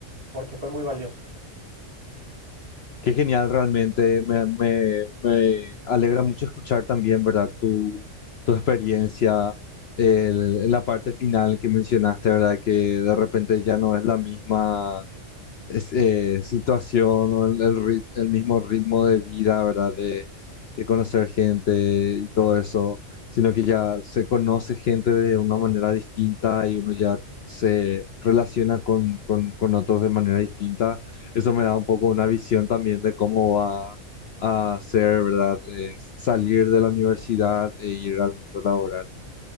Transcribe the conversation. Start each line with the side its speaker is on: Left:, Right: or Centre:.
Right: porque fue muy valioso.
Left: qué genial realmente. Me, me- me alegra mucho escuchar también, ¿verdad? Tu, tu experiencia, el- la parte final que mencionaste, ¿verdad? Que de repente ya no es la misma es- eh, situación o el, el ri- el mismo ritmo de vida, ¿verdad? De, de conocer gente y todo eso, sino que ya se conoce gente de una manera distinta y uno ya se relaciona con, con, con otros de manera distinta. eso me da un poco una visión también de cómo va a ser, ¿verdad? Eh, salir de la universidad e ir al mundo laboral.